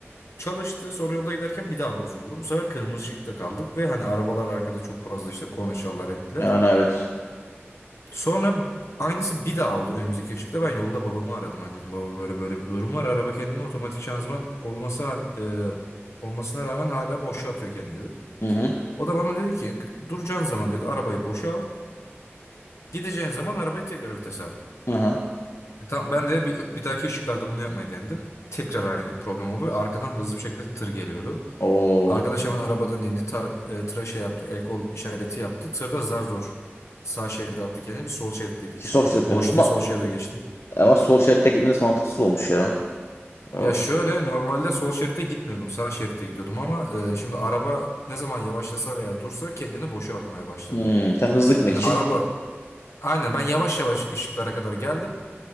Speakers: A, on the left (about 85°); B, on the left (about 65°).
A: çalıştı. Sonra yolda giderken bir daha bozuldu. Bu sefer kırmızı ışıkta kaldık ve hani arabalar arkada çok fazla işte korna çalar ettiler.
B: Yani evet.
A: Sonra aynısı bir daha oldu önümüzdeki ışıkta. Ben yolda babamı aradım. Hani dedim baba böyle böyle bir durum var. Araba kendini otomatik şanzıman olması hal- e, olmasına rağmen hala boşa atıyor kendini dedi.
B: Hı hı.
A: O da bana dedi ki duracağın zaman dedi arabayı boşa al. Gideceğin zaman arabayı tekrar vitese al.
B: Hı hı.
A: E, tamam ben de bir, bir dahaki ışıklarda bunu yapmayı denedim. Tekrar aynı problem oldu ve arkadan hızlı bir şekilde tır geliyordu.
B: O
A: Arkadaş hemen arabadan indi. Tar e, tıra şey yaptı. El kol işareti yaptı. Tırda zar zor sağ şeride attı kendini. Bir sol şeritteydik
B: ki
A: çünkü.
B: sol şeritteniz
A: Boş
B: ama
A: diye sol şeride geçtim.
B: ama sol şeritte gitmeniz mantıksız olmuş ya. O-
A: Ya şöyle normalde sol şeritte gitmiyordum. Sağ şeritte gidiyordum ama e, şimdi araba ne zaman yavaşlasa veya dursa kendini boşa almaya başladı.
B: Hmm. Sen hızlı gitmek
A: Yani
B: için
A: araba aynen ben yavaş yavaş ışıklara kadar geldim.